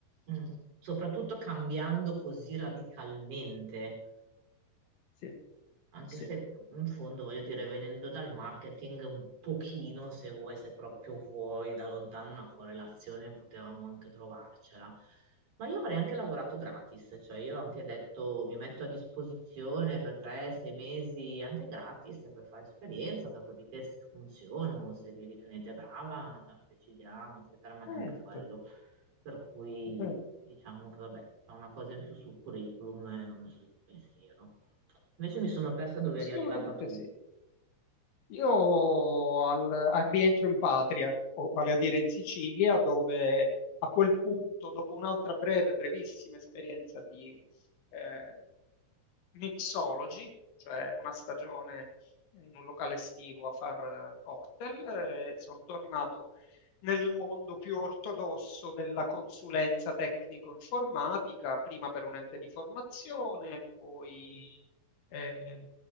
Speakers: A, on the right; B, on the left.
A: mm, soprattutto cambiando così radicalmente.
B: Sì,
A: anche
B: sì.
A: se in fondo voglio dire, venendo dal marketing un pochino, se vuoi, se proprio vuoi, da lontano una correlazione potevamo anche trovarcela. Ma io avrei anche lavorato gratis, cioè io ho anche detto mi metto a disposizione per tre, sei mesi, anche gratis per fare esperienza, dopodiché se funziono, se mi ritenete brava, decidiamo, eccetera, ma neanche
B: Certo,
A: quello. Per cui
B: beh,
A: diciamo che vabbè, è una cosa in più sul curriculum e ho messo il pensiero. Invece mi sono persa dove
B: assolutamente
A: eri arrivata tu.
B: sì. Io al, al rientro in patria, o vale a dire in Sicilia, dove a quel punto, dopo un'altra breve, brevissima esperienza di, eh, mixology, cioè una stagione in un locale estivo a far eh, cocktail. eh, sono tornato nel mondo più ortodosso della consulenza tecnico-informatica, prima per un ente di formazione, poi eh,